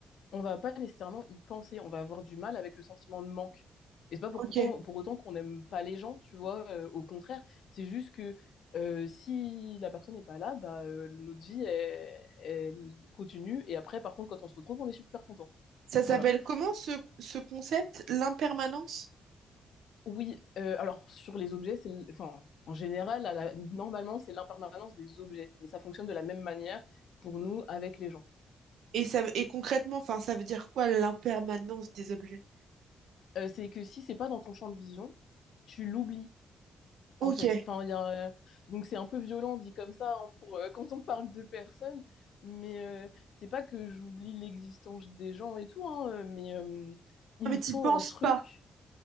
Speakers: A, on the left; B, on the right.
A: on va pas nécessairement y penser, on va avoir du mal avec le sentiment de manque. Et c'est pas
B: Ok.
A: pourtant, pour autant qu'on n'aime pas les gens, tu vois, euh, au contraire, c'est juste que euh, si la personne n'est pas là, bah, euh, notre vie, elle, elle continue, et après, par contre, quand on se retrouve, on est super content.
B: Ça s'appelle
A: Voilà.
B: comment ce, ce concept, l'impermanence?
A: Oui, euh, alors sur les objets, c'est, l- enfin, en général, à la- normalement, c'est l'impermanence des objets, mais ça fonctionne de la même manière pour nous avec les gens.
B: Et ça, et concrètement, enfin, ça veut dire quoi l'impermanence des objets?
A: Euh, c'est que si c'est pas dans ton champ de vision, tu l'oublies.
B: Ok.
A: en fait.
B: Non,
A: Enfin, il y a, euh, donc c'est un peu violent dit comme ça hein, pour euh, quand on parle de personnes, mais euh, c'est pas que j'oublie l'existence des gens et tout, hein, euh, mais euh, il
B: mais
A: me
B: t'y
A: faut
B: penses
A: un truc,
B: pas.